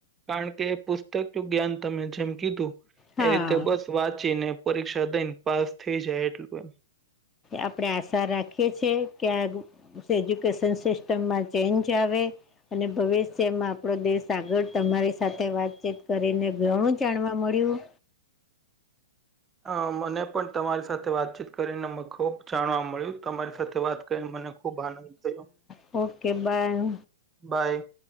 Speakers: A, on the right; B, on the left.
A: કારણ કે પુસ્તક જ્ઞાન તમે જેમ કીધું.
B: હા
A: એ રીતે બસ વાંચીને પરીક્ષા દઈને પાસ થઈ જાય એટલું એમ
B: આપડે આશા રાખીએ છીએ કે આ એજ્યુકેશન સિસ્ટમમાં ચેન્જ આવે. અને ભવિષ્યમાં આપણો દેશ આગળ તમારી સાથે વાતચીત કરીને ઘણું જાણવા મળ્યું.
A: અ મને પણ તમારી સાથે વાતચીત કરીને ખુબ જાણવા મળ્યું તમારી સાથે વાત કરીને મને ખૂબ આનંદ થયો
B: હ ઓકે બાય.
A: બાય.